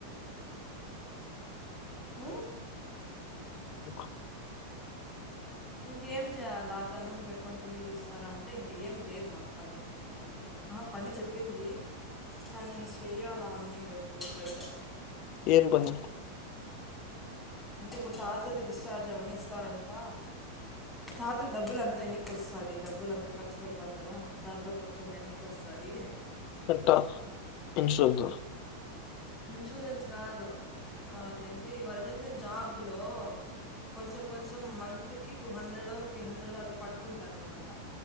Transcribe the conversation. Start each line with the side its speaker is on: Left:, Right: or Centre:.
Centre: ఉమ్
Left: ఆ
Centre: ఇంకేం చేయ్యాల ఆ తలనొప్పి పెట్టుకొని టీవీ చూస్తార అంటే ఇంక ఏం లేదు మాకు పని ఆ పని చెప్పింది కానీ చేయ్యాల అవన్నీ మేం పోయి బయట
Left: ఏం పని
Centre: అంటే ఇప్పుడు తాతది డిశ్చార్జ్ అవన్నీ ఇస్తారంట తాతకు డబ్బులు అంతా ఎనక్కి వస్తది డబ్బులు అంతా ఖర్చు పెడతం కదా దాంట్లో కొంచెం వెనక్కి వస్తాది
Left: పెట్ట ఇనిషిల్ వద్దు
Centre: ఇన్సూరెన్స్ కాదు ఆ అదేంది వాళ్ళు చేసిన జాబ్ లో కొంచెం కొంచెం మంత్ కి టూ హండ్రెడ్ ఓ త్రీ హండ్రెడ్ ఓ అట్లా పట్టుకుంటారు అనమాట